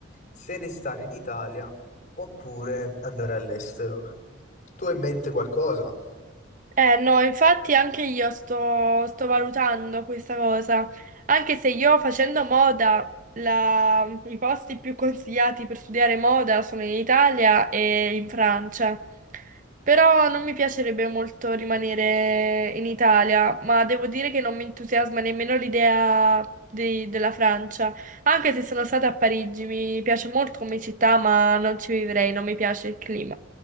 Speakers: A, on the left; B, on the right.
A: se restare in Italia oppure andare all'estero. Tu hai in mente qualcosa?
B: Eh no, infatti anche io sto, sto valutando questa cosa, anche se io facendo moda, la- i posti più consigliati per studiare moda sono in Italia e in Francia, però non mi piacerebbe molto rimanere in Italia, ma devo dire che non mi entusiasma nemmeno l'idea di- della Francia, anche se sono stata a Parigi, mi piace molto come città, ma non ci vivrei, non mi piace il clima.